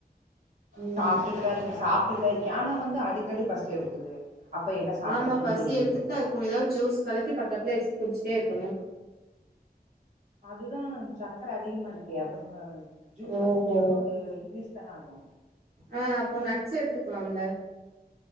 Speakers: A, on the right; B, on the right.
A: ம்
B: சாப்டுட்டுதா இருக்கே சாப்டுட்டுதா இருக்கே ஆனா வந்து அடிக்கடி பசி எடுக்குது அப்ப என்ன சாப்டுறதுன்
A: ஆமா பசி
B: தெரியறது
A: எடுத்துட்தா
B: இல்ல
A: இருக்கு ஏதாவது ஜூஸ் கலக்கி பக்கத்துலயே வச்சிட்டு குடிச்சிட்டே இருக்கணு
B: அதுதா சக்கர அதிகமா இருக்கே அப்ப நம்ம ஜூஸா
A: ஓஹோ
B: குடிச்சாலு அது இன்கிரீஸ் தான ஆகு
A: ஆ அப்போ நட்ஸ் எடுத்துக்கலாம்ல